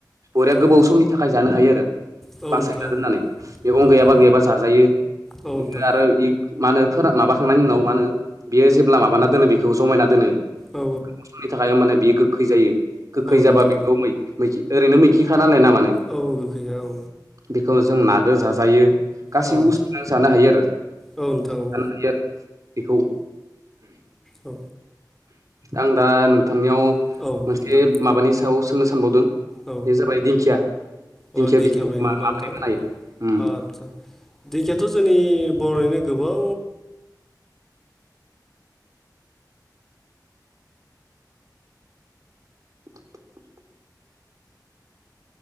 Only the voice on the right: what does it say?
बरिया
गोबाव समनि थाखाय जानो हायो आरो
बासायना
दोननानै मैगं
गैयाबा
गैयाबा जाजायो
बेखौ आरो मा मा होनो फोरा माबाखांनायनि उनाव मा होनो बियो जेब्ला माबाना दोनो बेखौ जमायना दोनो स्नि
साननि थाखाय होमबाना बेयो गोगखै जायो गोगखै
जाबा बेखौै मै-मैखि ओरैनो मैखिखा नालाय नामानो
बेखौ जों नादो जाजायो गासैबो
बुस्थुजोंनो जानो हायो आरो
संनो
हायो आरो बेखौ
आं दा नों नोंथांनियाव
मोनसे
माबानि सायाव सोंनो सानबावदों
बे जाबाय दिंखिया
दिंखिया बिजौखौ
मा-माबोरै
बानायो उम
<inaudible>